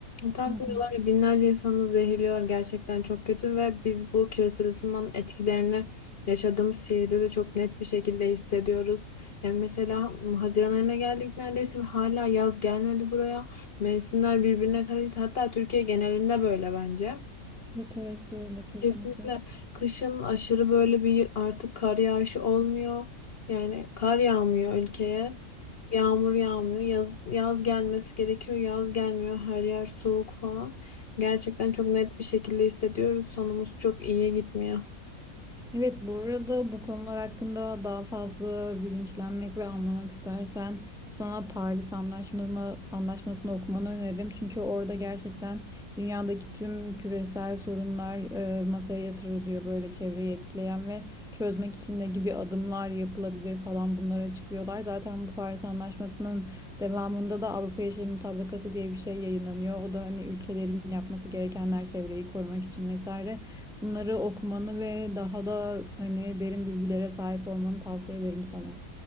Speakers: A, on the left (about 50°); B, in the centre.
A: Takmıyorlar
B: Hı hı.
A: ya, binlerce insanı zehirliyor gerçekten çok kötü ve biz bu küresel ısınmanın etkilerini yaşadığımız şehirde de çok net bir şekilde hissediyoruz. Yani mesela m, Haziran ayına geldik neredeyse ve hala yaz gelmedi buraya. Mevsimler birbirine karıştı. Hatta Türkiye genelinde böyle bence.
B: Evet evet öyle kesinlikle.
A: Kesinlikle kışın aşırı böyle bir artık kar yağışı olmuyor. Yani kar yağmıyor ülkeye. Yağmur yağmıyor. Yaz, yaz gelmesi gerekiyor. Yaz gelmiyor. Her yer soğuk falan. Gerçekten çok net bir şekilde hissediyoruz. Sonumuz çok iyiye gitmiyor.
B: Evet, bu arada bu konular hakkında daha fazla bilinçlenmek ve anlamak istersen sana Paris Anlaşması'nı anlaşmasını okumanı öneririm. Çünkü orada gerçekten dünyadaki tüm küresel sorunlar e, masaya yatırılıyor böyle çevreyi etkileyen ve çözmek için ne gibi adımlar yapılabilir falan bunları açıklıyorlar. Zaten bu Paris Anlaşması'nın devamında da Avrupa Yeşil Mutabakatı diye bir şey yayınlanıyor. O da hani ülkelerin yapması gerekenler çevreyi korumak için vesaire. Bunları okumanı ve daha da hani derin bilgilere sahip olmanı tavsiye ederim sana.